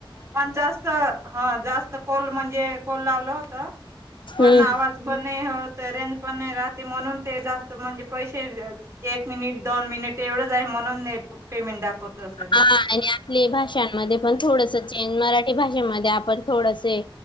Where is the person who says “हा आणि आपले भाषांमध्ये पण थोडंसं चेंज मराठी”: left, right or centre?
Left